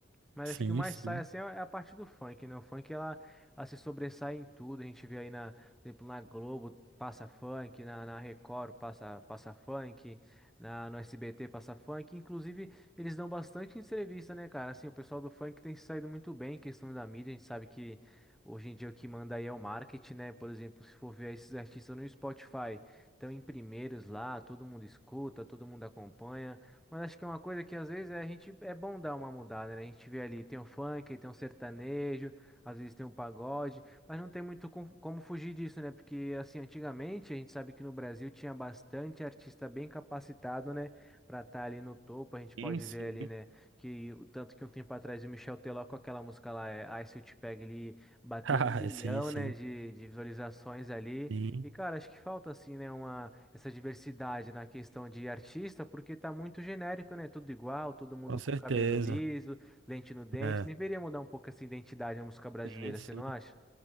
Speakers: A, in the centre; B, on the right.
A: Mas
B: sim,
A: acho que o mais
B: sim.
A: sai assim é é a parte do funk, né? O funk ela, ela se sobressai em tudo. A gente vê aí na, por exemplo, na Globo passa funk, na, na Record passa, passa funk, na, no SBT passa funk. Inclusive, eles dão bastante entrevista, né, cara? Assim, o pessoal do funk tem se saído muito bem em questão da mídia. A gente sabe que hoje em dia o que manda aí é o marketing, né? Por exemplo, se for ver esses artistas no Spotify, estão em primeiros lá, todo mundo escuta, todo mundo acompanha. Mas acho que é uma coisa que às vezes é, a gente é bom dar uma mudada, né? A gente vê ali, tem um funk, tem um sertanejo, às vezes tem um pagode, mas não tem muito com- como fugir disso, né? Porque assim, antigamente a gente sabe que no Brasil tinha bastante artista bem capacitado, né, Pra estar ali no topo. A gente pode
B: Sim, sim.
A: ver ali, né, que o tanto que um tempo atrás o Michel Teló com aquela música lá, é, Ai Se Eu Te Pego, ele bateu
B: <laughs>
A: um bilhão,
B: Sim, sim.
A: né, de, de visualizações ali.
B: Sim,
A: E cara, acho que falta assim, né, uma essa diversidade na questão de artista, porque tá muito genérico, né? Tudo igual, todo mundo
B: com certeza.
A: com cabelo liso, lente no dente.
B: É.
A: Deveria mudar um pouco essa identidade da música brasileira,
B: Sim, sim.
A: você não acha?